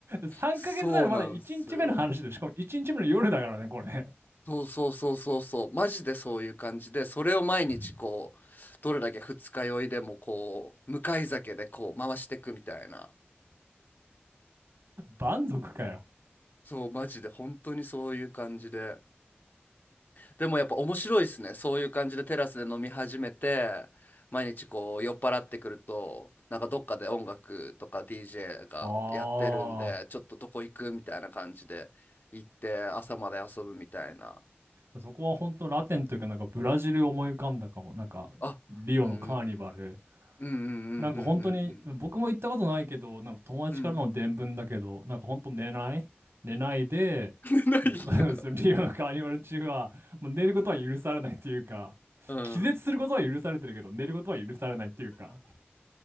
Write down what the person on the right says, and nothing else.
3ヶ月目のまだ1日目の話で、
しかも1日目の夜だからね、これ。
<laughs>
蛮族かよ。
あ
あ、そこは本当ラテンというか、なんかブラジル思い浮かんだかも。なんか、
リオのカーニバル。
なんか本当に、僕も行ったことないけど、なんか友達からの伝聞だけど、
なんか本当寝ない、寝ないで、
そうそうリオのカーニバル中は、もう寝ることは許されないっていうか、
気絶することは許されてるけど、寝ることは許されないっていうか。